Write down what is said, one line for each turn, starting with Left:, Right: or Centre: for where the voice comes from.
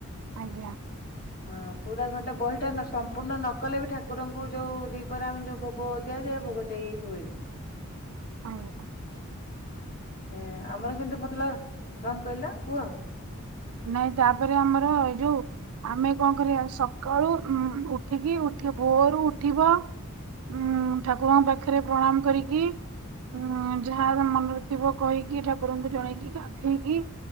Right: ଆଜ୍ଞା।
Left: ହଁ ପୁରା ଘଣ୍ଟେ ବହିଟା ନସ ସମ୍ପୂର୍ଣ୍ଣ ନ କଲେ ବି ଠାକୁରଙ୍କୁ ଯୋଉ ଦିହିପରେ ଆମେ ଯୋଉ ଭୋ ଗ ଦିଆଯାଏ ଭୋଗ ଦେଇ ହୁଏନି।
Right: ଓହୋ।
Left: ଏ ଆମର ଯେମତି ଭୋଗ ଲା କଣ କହିଲା କୁହ।
Right: ନାଇଁ ତାପରେ ଆମର ଏଇ ଯୋଉ ଆମେ କଣ କରିବା ସକାଳୁ ଉଁ ଉଠିକି ଉଠି ଭୋରୁ ଉଠିବ ଉଁ ଠାକୁରଙ୍କ ପାଖରେ ପ୍ରଣାମ କରିକି ଉଁ ଯାହା ମନରେ ଥିବ କହିକି ଠାକୁରଙ୍କୁ ଜଣେଇକି ଗାଧେଇକି